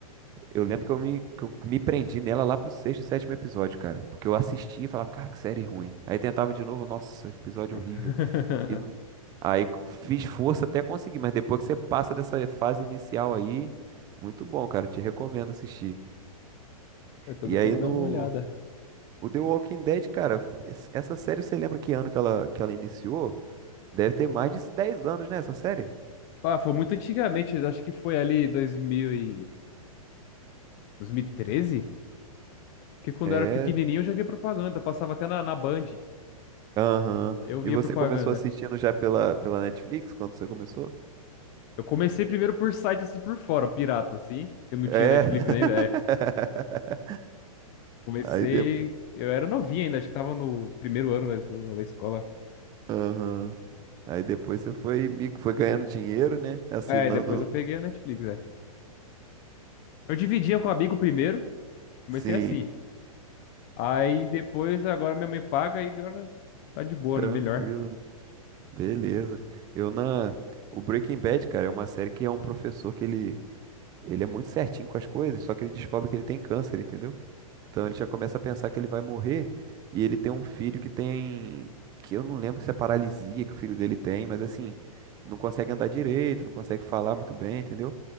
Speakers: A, on the right; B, on the left.
A: eu lembro que eu me, que eu me prendi nela lá pro sexto, sétimo episódio, cara. Porque eu assistia e falava, cara, que série ruim. Aí tentava de novo, nossa, episódio
B: <laughs>
A: horrível. E não- aí fiz força até conseguir, mas depois que você passa dessa fase inicial aí, muito bom, cara. Te recomendo assistir.
B: Então
A: E
B: depois
A: aí
B: eu
A: no
B: vou dar uma olhada.
A: o The Walking Dead, cara, essa série você lembra que ano que ela, que ela iniciou? Deve ter mais de 10 anos, né, essa série?
B: Ah, foi muito antigamente, eu acho que foi ali dois mil e dois mil e treze que quando
A: É.
B: eu era pequenininho eu já via propaganda, passava até na, na Band.
A: Aham.
B: Eu via
A: E você
B: propaganda.
A: começou assistindo já pela, pela Netflix quando você começou?
B: Eu comecei primeiro por site assim por fora, pirata assim. Eu não
A: É.
B: tinha Netflix
A: <laughs>
B: ainda, é. Comecei,
A: Aí, de...
B: eu era novinho ainda, acho que tava no primeiro ano, né, do- da escola.
A: Aham. Aí depois você foi, mig- foi ganhando dinheiro, né? Assinando.
B: É, e depois eu peguei a Netflix, é. Eu dividia com um amigo primeiro, comecei
A: Sim,
B: assim. Aí depois agora minha mãe paga e agora tá de boa,
A: tranquilo,
B: né? Melhor.
A: né? Beleza. Eu na. O Breaking Bad, cara, é uma série que é um professor que ele. Ele é muito certinho com as coisas, só que ele descobre que ele tem câncer, entendeu? Então ele já começa a pensar que ele vai morrer e ele tem um filho que tem, que eu não lembro se é paralisia que o filho dele tem, mas assim, não consegue andar direito, não consegue falar muito bem, entendeu?